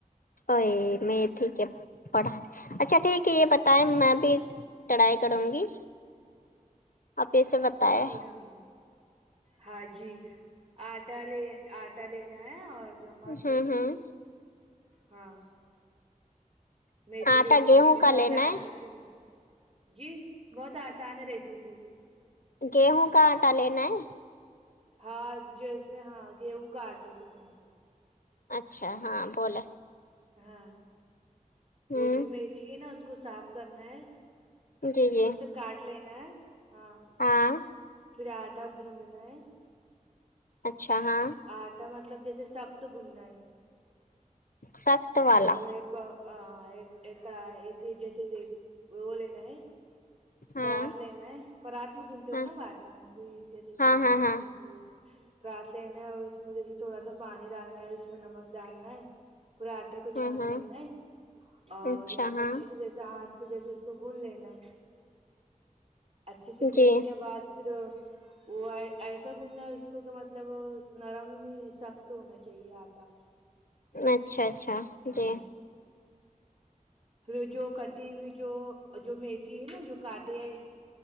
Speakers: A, on the left (about 90°); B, on the right (about 45°).
A: اوے میں ٹھیک ہے پڑھا اچھا ٹھیک ہے یہ بتایں میں بھی تڑائی کروں گی آپ اسے بتائے
B: ہم ہاں جی آٹا لے آٹا لینا ہے اور نمک
A: ہوں ہوں
B: ہاں میتھی
A: آٹا
B: لینی
A: گیہوں
B: ہے پھر
A: کا
B: اور
A: لینا
B: لال مرچیں لے جی بہت آسان ہے ریسیپی
A: گیہوں کا آٹا لینا ہے
B: ہاں جیسے ہاں گیہوں کا آٹا سے بناتے
A: اچھا ہاں بولا
B: ہاں
A: ہوں
B: وہ جو میتھی ہے نا اس کو صاف کرنا ہے
A: جی جی
B: پھر اسے کاٹ لینا ہے ہاں
A: ہاں
B: پھر آٹا گوندنا ہے
A: اچھا ہاں
B: آٹا مطلب جیسے سخت گننا ہے
A: سخت والا
B: مطلب ایک باآ کڑ ایک جیسے دیک وہ لینا ہے
A: ہاں
B: پرات لینا ہے پرات میں گنتے ہو
A: ہاں
B: نااب آٹا ہم بھی جیسے
A: ہاں
B: پرات
A: ہاں
B: میں
A: ہاں
B: گنتے پرات لینا ہے اور اس میں جیسے تھوڑا سا پانی ڈالنا ہے اس میں نمک ڈالنا ہے پرات کو
A: ہوں
B: چھان
A: ہوں
B: لینا ہے اور
A: اچھا
B: اس میں
A: ہاں
B: اچھی سے جیسے ہاتھ جیسے اس کو گون لینا ہے اچھے سے گوننے
A: جی
B: کے بعد پھر وہ ایسا گوندھنا ہے اسکو کہ مطلب نرم نہیں سخت ہونا چاہیے آٹا
A: اچھا اچھا
B: ہاں
A: جی
B: پھر جو کٹی ہوئی جو جو میتھی ہے نا جو کانٹے ہے